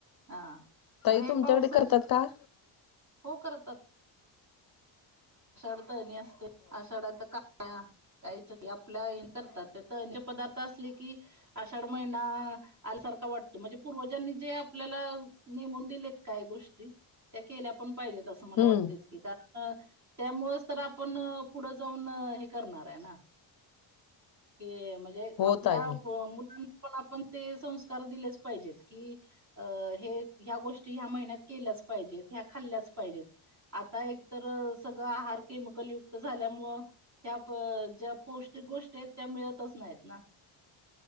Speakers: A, on the right (about 35°); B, on the left (about 45°).
A: हा
B: ताई
A: म हे
B: तुमच्याकडे
A: पावसा
B: करतात का
A: हो करतात आषाढ तळणी असतय आषाढ आता का काहींच्यात आपल्या हे करतात ते तळ ते पदार्थ असले की आषाढ महिना आल्यासारखा वाटतो म्हणजे पूर्वजांनी जे आपल्याला नेमून दिलेत काही गोष्टी त्या केल्या पण पाहिजेताच. अस मला
B: हम्म.
A: वाटतयचं की कारण त्यामुळेच तर आपण पुढं जाऊन हे करणार हाय ना की म्हणजे
B: हो
A: आपला
B: ताई.
A: मुल पण आपण ते संस्कार दिलेच पाहिजेत की अं हे ह्या गोष्टी ह्या महिन्यात केल्याच पाहिजेत ह्या खाल्ल्याच पाहिजेत. आता एकतर सगळं आहार केमिकल युक्त झाल्यामुळं ह्या प ज्या पौष्टिक गोष्टी आहेत त्या मिळतच नाहीत ना